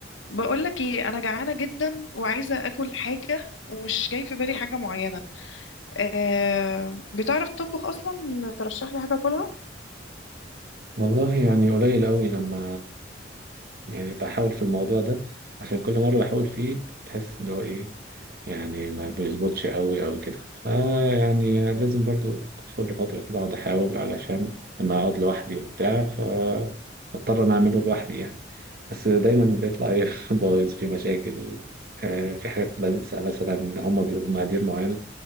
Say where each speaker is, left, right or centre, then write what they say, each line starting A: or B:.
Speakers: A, on the left; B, on the right.
A: بقولك ايه انا جعانه جدا وعايزه اكل حاجه ومش جاي في بالي حاجه معينه أه بتعرف تطبخ اصلا ترشح لي حاجه اكلها
B: والله يعني قليل قوي لما يعني بحاول في الموضوع ده عشان كل مرة بحاول فيه تحس اللي هو ايه يعني ما بيظبطش قوي او كده فيعني لازم برضو كل فترة كده اقعد احاول علشان لما اقعد لوحدي وبتاع فاضطر انا اعمله لوحدي يعني بس دايما بيطلع ايه <laughs> بايظ في مشاكل آه، في حاجات بنسى مثلا هما بيقولوا مقادير معينة